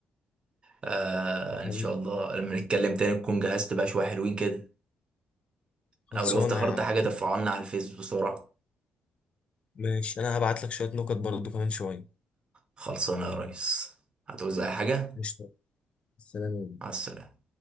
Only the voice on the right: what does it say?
آه ان
شاء الله لما نتكلم تاني تكون جهزت بقى شوية حلوين كده
او لو افتكرت
حاجة ترفعها لنا على الفيس بسرعة
خلصانة يا ريس هتعوز اي حاجة
مع السلامة